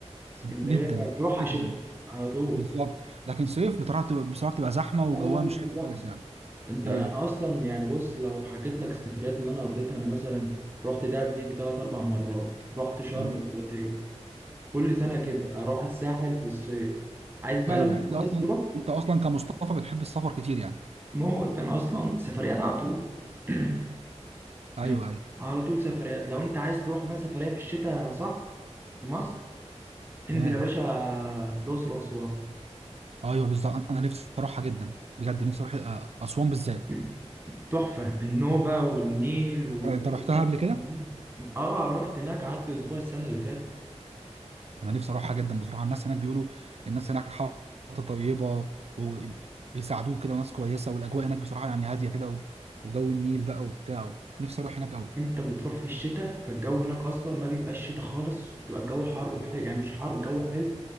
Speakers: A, on the right (about 20°); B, on the right (about 65°).
A: اسكندريه
B: جدا
A: تروحها
B: جدا
A: شتاء على طول
B: بالظبط لكن صيف بتعرف تبقى بصراحه تبقى زحمه وجوها
A: لا لا لا
B: مش حلو
A: زحمه
B: خالص يعني
A: انت انا
B: ايوه
A: اصلا يعني بص لو حكيت لك السفريات اللي انا قضيتها انا مثلا رحت دهب دي ثلاث اربع مرات رحت شرم
B: تمام
A: مرتين كل سنه كده اروح الساحل في الصيف عايز بقى
B: ايوه
A: لو انت
B: انت
A: عايز
B: اصلا
A: تروح
B: انت اصلا كمصطفى بتحب السفر كتير يعني
A: موت انا اصلا سفريات على طول <clears throat>
B: ايوه
A: يعني
B: ايوه
A: على طول سفريات لو انت عايز تروح بقى سفريه في الشتاء صح في مصر انزل
B: تمام
A: يا باشا الاقصر واسوان
B: ايوه بالظبط انا أنا نفسي اروحها جدا بجد نفسي اروح آه، اسوان بالذات
A: <clears throat> تحفة النوبة والنيل وتاخد
B: انت رحتها
A: مركب
B: قبل كده
A: في النيل اه رحت هناك قعدت اسبوع السنة اللي فاتت
B: انا نفسي اروحها جدا بصراحه الناس هناك بيقولوا الناس هناك حاطه طيبه وبيساعدوك كده وناس كويسه والاجواء هناك بصراحه يعني هاديه كده و- وجو النيل بقى وبتاع نفسي اروح هناك قوي
A: انت بتروح في الشتاء فالجو هناك اصلا ما بيبقاش شتاء خالص بتبقى الجو حر وحلو يعني مش حر الجو حلو